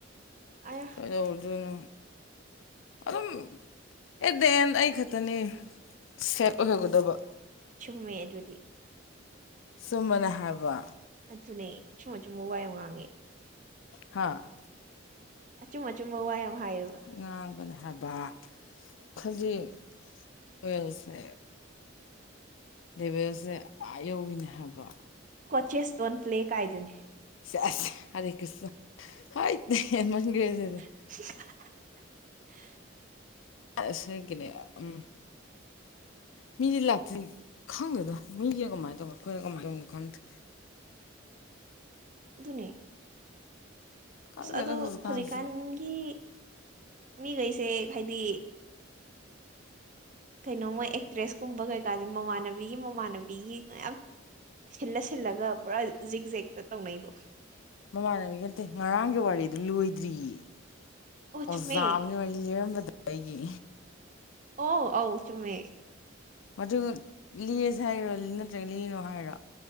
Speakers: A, on the right (about 40°); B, on the left (about 75°).
A: ꯑꯌꯥ
B: ꯀꯩꯗꯧꯗꯣꯏꯅꯣ ꯑꯗꯨꯝ ꯑꯦꯠ ꯗ ꯑꯦꯟ ꯑꯩ ꯈꯛꯇꯅꯦ ꯁꯦꯞ ꯑꯣꯏꯍꯧꯒꯗꯕ꯫
A: ꯆꯨꯝꯃꯦ ꯑꯗꯨꯗꯤ
B: ꯁꯨꯝꯕꯅ ꯍꯥꯏꯕ
A: ꯑꯗꯨꯅꯦ ꯑꯆꯨꯝ ꯑꯆꯨꯝꯕ ꯋꯥꯏ ꯉꯥꯡꯉꯦ
B: ꯍꯥꯥ
A: ꯑꯆꯨꯝ ꯑꯆꯨꯝꯕ ꯋꯥ ꯌꯥꯝ ꯍꯥꯏꯌꯦꯕ
B: ꯉꯥꯡꯕꯅꯦ ꯍꯥꯏꯕ ꯈꯖꯤꯛ ꯑꯣꯏꯜꯁꯦ ꯂꯦꯕꯦꯜꯁꯦ ꯑꯥ ꯌꯧꯋꯤꯅꯦ ꯍꯥꯏꯕ꯫
A: ꯀꯣꯆꯦꯁ ꯗꯣꯟ ꯄ꯭ꯂꯦ ꯀꯥꯏꯗꯨꯅꯦ꯫
B: ꯁꯦꯁ ꯍꯔꯦ ꯀ꯭ꯔꯤꯁꯅ ꯍꯥꯏ ꯍꯦꯟꯃꯟꯈꯔꯦ ꯑꯗꯨꯗꯤ
A: <unintelligible>
B: ꯑꯁꯦꯡꯀꯤꯅꯦ ꯎꯝ ꯃꯤꯗꯤ ꯂꯥꯛꯇ꯭ꯔꯤ ꯈꯪꯗꯦꯗ ꯃꯤꯒꯤꯅ ꯀꯃꯥꯏꯅ ꯇꯧꯕꯅꯣ ꯑꯩꯈꯣꯏꯅ ꯀꯃꯥꯏꯅ ꯇꯧꯅꯣ ꯈꯪꯗꯦ
A: ꯑꯗꯨꯅꯤ
B: ꯈꯪꯗꯦꯗ
A: ꯑꯁ ꯑꯗꯣ
B: ꯍꯧꯖꯤꯛꯀꯥꯟꯁꯦ
A: ꯍꯧꯖꯤꯛꯀꯥꯟꯒꯤ ꯃꯤꯒꯩꯁꯦ ꯍꯥꯏꯗꯤ ꯀꯩꯅꯣ ꯃꯣꯏ ꯑꯦꯛ ꯇ꯭ꯔꯦꯁ ꯀꯨꯝꯕ ꯀꯩꯀꯥꯥꯖꯦ ꯃꯃꯥꯟꯅꯕꯤꯒꯤ ꯃꯃꯥꯟꯅꯕꯤꯒꯤ ꯃꯌꯥꯝ ꯁꯤꯜꯂ ꯁꯤꯜꯂꯒ ꯄꯨꯔꯥ ꯖꯤꯛ ꯖꯦꯛꯇ ꯇꯧꯅꯩꯗꯣ
B: ꯃꯃꯥꯟꯅꯕꯤ ꯈꯇꯦ ꯉꯔꯥꯡꯒꯤ ꯋꯥꯔꯤꯗ ꯂꯣꯏꯗ꯭ꯔꯤꯌꯦ
A: ꯑꯣ
B: ꯑꯣꯖꯥꯑꯝꯒꯤ
A: ꯆꯨꯝꯃꯦ
B: ꯋꯥꯔꯤ ꯂꯤꯔꯝꯕꯗꯣ ꯑꯩꯒꯤ꯫
A: ꯑꯣ ꯑꯧ ꯆꯨꯝꯃꯦ꯫
B: ꯃꯗꯨ ꯂꯤꯁꯦ ꯍꯥꯏꯔꯣ ꯅꯠꯇ꯭ꯔꯒ ꯂꯤꯅꯣ ꯍꯥꯏꯔꯣ